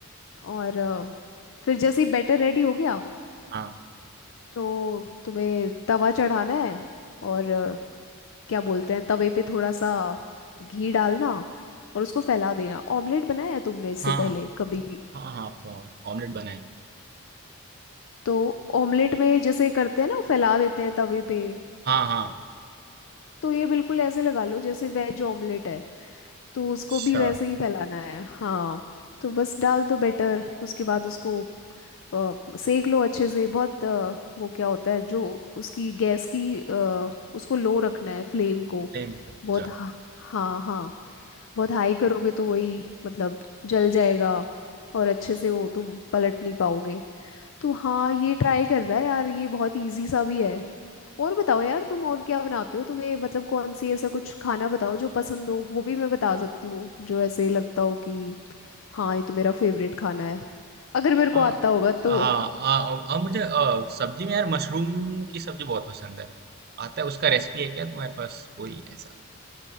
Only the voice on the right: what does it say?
हाँ,
हाँ,
हाँ, हाँ, तो ऑमलेट बनाए।
हाँ, हाँ,
अच्छा,
फ्लेम को अच्छा।
हाँ,
हाँ,
हाँ, अ, मुझे अ, सब्जी में यार मशरूम की सब्जी बहुत पसंद है। आता है उसका रेसिपी है क्या तुम्हारे पास कोई ऐसा?